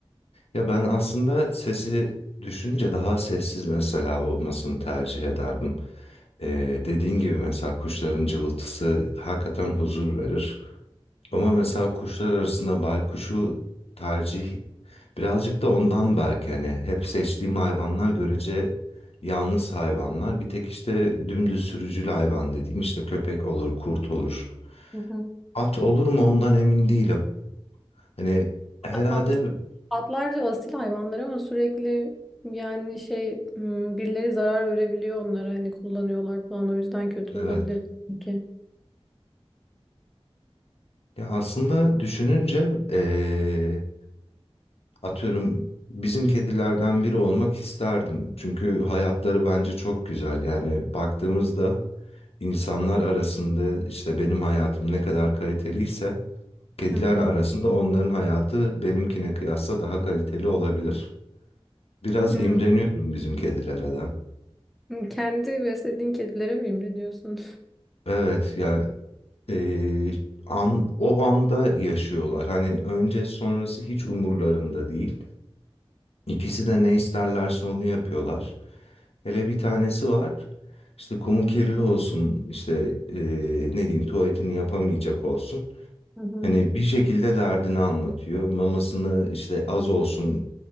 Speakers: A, on the left; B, in the centre.
A: Ya ben aslında sesi düşünce daha sessiz mesela olmasını tercih ederdim. Ee, dediğin gibi mesela kuşların cıvıltısı hakikaten huzur verir. Ama mesela kuşlar arasında baykuşu tercih birazcık da ondan belki hani hep seçtiğim hayvanlar görece yalnız hayvanlar. Bir tek işte dümdüz sürücül hayvan dediğim işte köpek olur, kurt olur.
B: Hı hı.
A: At olur mu ondan emin değilim. Hani herhalde
B: At, atlar da asil hayvanlar ama sürekli yani şey m, birileri zarar verebiliyor onlara hani kullanıyorlar falan o yüzden kötü olabilir
A: evet.
B: ki.
A: Ya aslında düşününce eee, atıyorum bizim kedilerden biri olmak isterdim. Çünkü hayatları bence çok güzel. Yani baktığımızda insanlar arasında işte benim hayatım ne kadar kaliteliyse kediler
B: Hı hı.
A: arasında onların hayatı benimkine kıyasla daha kaliteli olabilir. Biraz
B: Hı.
A: imreniyorum bizim kedilere de.
B: Kendi beslediğin kedilere mi imreniyorsun?
A: Evet ya eee, an, o anda yaşıyorlar. Hani önce sonrası hiç umurlarında değil. İkisi de ne isterlerse onu yapıyorlar. Hele bir tanesi var. İşte kumu kirli olsun, işte eee, ne diyeyim tuvaletini yapamayacak olsun.
B: Hı hı.
A: Hani bir şekilde derdini anlatıyor. Mamasını işte az olsun,